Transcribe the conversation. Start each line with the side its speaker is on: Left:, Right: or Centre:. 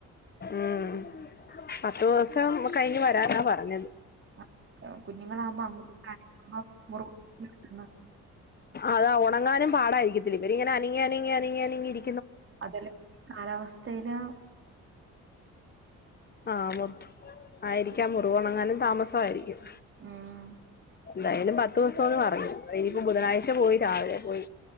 Left: ഉം പത്തു ദിവസം കഴിഞ്ഞ് വരാ നാ പറഞ്ഞത്
Right: കുഞ്ഞുങ്ങളാമ്പോ <unintelligible>
Left: അതാ ഉണങ്ങാനും പാടായിരിക്കത്തില്ലേ ഇവരിങ്ങനെ അനങ്ങി അനങ്ങി അനങ്ങി അനങ്ങിരി
Right: അതെ ലെ കാലാവസ്ഥ വസ്ഥയില് <inaudible>
Left: ആഹ് ആയിരിക്കാം മുറിവോണങ്ങാനും താമസമായിരിക്കും
Right: ആഹ്
Left: എന്തായാലും പത്ത് ദിവസം <unintelligible> ഇനിയിപ്പോ ബുധനാഴ്ച പോയി രാവിലെ പോയി